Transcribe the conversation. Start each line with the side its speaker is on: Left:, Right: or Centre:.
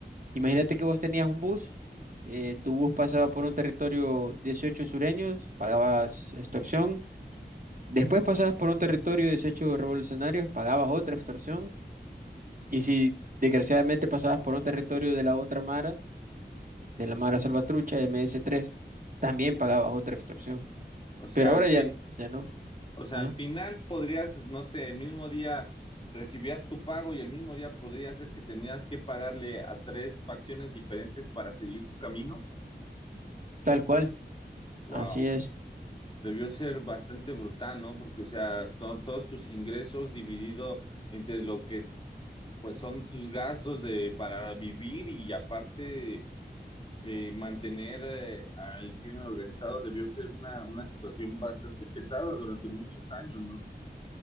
Right: Imagínate que vos tenías un bus, eh, tu bus pasaba por un territorio dieciocho sureños, pagabas extorsión, después pasabas por un territorio dieciocho revolucionarios, pagabas otra extorsión, y si desgraciadamente pasabas por un territorio de la otra Mara, de la Mara Salvatrucha, ms tres, también pagabas otra extorsión.
Left: O sea,
Right: Pero ahora
Left: al
Right: ya,
Left: fin,
Right: ya no,
Left: O sea,
Right: ajá,
Left: al final podrías, no sé, el mismo día recibías tu pago y el mismo día podría ser que tenías que pagarle a tres facciones diferentes para seguir tu camino.
Right: tal cual,
Left: Wow,
Right: así es.
Left: debió ser bastante brutal, ¿no? Porque, o sea, to- todos tus ingresos dividido entre lo que pues son tus gastos de para vivir y aparte eh, mantener eh, al crimen organizado debió ser una, una situación bastante pesada durante muchos años, ¿no?